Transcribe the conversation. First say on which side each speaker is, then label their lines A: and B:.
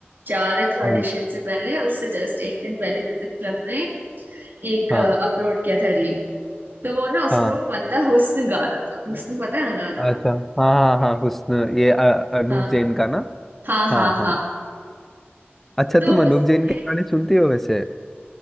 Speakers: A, on the right; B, in the centre.
A: जा रहे थे
B: हम्म,
A: ऑडिशन से पहले उससे जस्ट एक दिन पहले म्यूजिक क्लब ने एक
B: हाँ
A: अपलोड किया था रील तो वो ना उसमें
B: हाँ
A: वो बंदा हुस्न गा रहा था हुस्न पता है ना गाना
B: अच्छा हाँ हाँ हाँ हुस्न ये अ- अनूप
A: हाँ
B: जैन का ना
A: हाँ
B: हाँ
A: हाँ
B: हाँ
A: हाँ
B: अच्छा
A: तो
B: तुम
A: उसमें
B: अनूप जैन के गाने सुनती हो वैसे